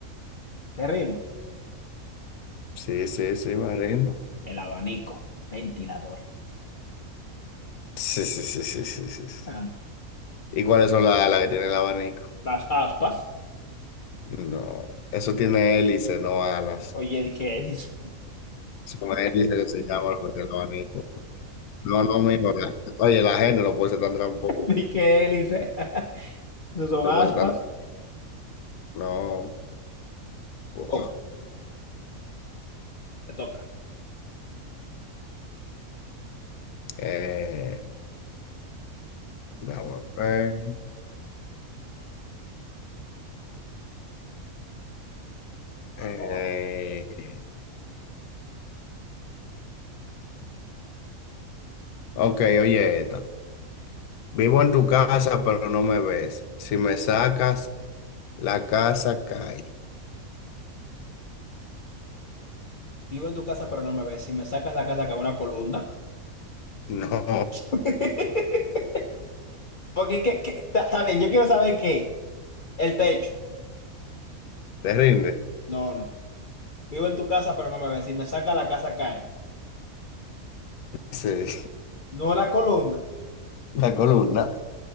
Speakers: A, on the left (about 45°); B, on the left (about 90°).
A: ¿Te rindes?
B: Sí, sí, sí, me rindo.
A: El abanico, ventilador.
B: Sí, sí, sí, sí, sí, sí. sí.
A: Ah,
B: ¿Y cuáles son las alas que tiene el abanico?
A: las aspas.
B: No, eso tiene hélice, no alas.
A: Oye, di que hélice.
B: Son hélices que se llama lo que tiene el abanico. No, no, mira, oye, la gente no puede ser tan tramposa,
A: <laughs> Di que hélice. <laughs> No son
B: no
A: aspas.
B: puede ser tan... No, wow.
A: Oh, te toca.
B: Eh, vamos a ver. Eh,
A: Vamos, vamos.
B: ok, oye esto. Vivo en tu casa, pero no me ves. Si me sacas, la casa cae.
A: Vivo en tu casa, pero no me ves. Si me sacas la casa, cago en una columna.
B: No.
A: <laughs>
B: <laughs>
A: Porque, ¿qué, qué? Está está bien, yo quiero saber qué. El techo.
B: ¿Te rinde?
A: No, no. Vivo en tu casa, pero no me ves. Si me sacas la casa, cae.
B: Sí.
A: No la columna.
B: La columna.